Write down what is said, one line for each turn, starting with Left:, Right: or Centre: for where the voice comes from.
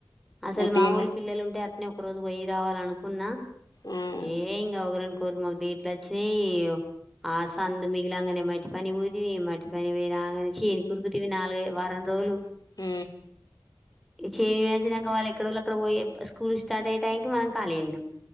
Centre: అసలు
Left: ఉట్టిగనే
Centre: మావోల్లు పిల్లలు ఉంటే అట్నే ఒక రోజు పోయ్యి రావాల అనుకున్నా
Left: ఉమ్
Centre: ఏ ఇంకా ఒకరని కోరు మాకుట్లా వచ్చినయి ఆ సందు మిగిలి అనే మటి పని పోతీవి మటి పని పోరా అనే చేనికి కురుకుతవి నాలుగ వారం రోజులు
Left: ఉ
Centre: చేమి మజినాక వాళ్ళ ఎక్కడోళ్ళు అక్కడ పోయి స్కూల్ స్టార్ట్ అయ్యే టైం మనం ఖాలి అయినాం